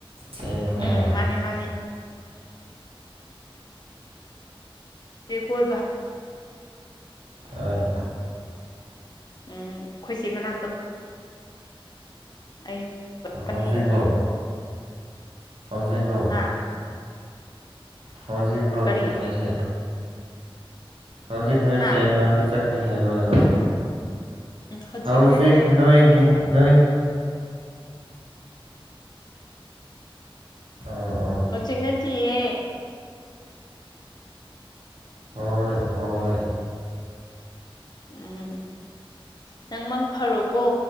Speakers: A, on the right; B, on the left.
A: ꯊꯦꯡꯉꯦꯕ
B: ꯎꯝ ꯃꯥꯅꯤ ꯃꯥꯅꯤ ꯌꯦ ꯀꯣꯏ
A: ꯑ
B: ꯎꯝ ꯑꯩꯈꯣꯏꯁꯤ ꯃꯅꯥꯛꯇ ꯑꯩ ꯆꯠꯀꯅꯤ
A: ꯍꯧꯖꯤꯕ ꯍꯧꯖꯤꯛꯕ꯭ꯔꯣ
B: ꯍꯥ
A: ꯍꯧꯖꯤꯛ ꯔꯣ
B: ꯀꯔꯤ
A: ꯍꯥꯏꯁꯦ ꯍꯧꯖꯤꯛ ꯅꯣꯏ
B: ꯍꯥ
A: ꯆꯦ ꯃꯅꯥꯛꯇ ꯆꯠꯀꯅꯤ ꯍꯥꯏꯕ꯭ꯔꯣ ꯍꯥꯏꯕ
B: ꯍꯧꯖꯤꯛ
A: ꯍꯧꯥꯎꯖꯤ
B: ꯅꯠꯇꯦ
A: ꯅꯣꯏ ꯅꯣꯏ ꯑ
B: ꯍꯧꯖꯤꯛꯅꯠꯇꯤꯌꯦ
A: ꯍꯣꯏ ꯍꯣꯏ
B: ꯎꯝ ꯅꯪ ꯃꯪ ꯐꯔꯣꯀꯣ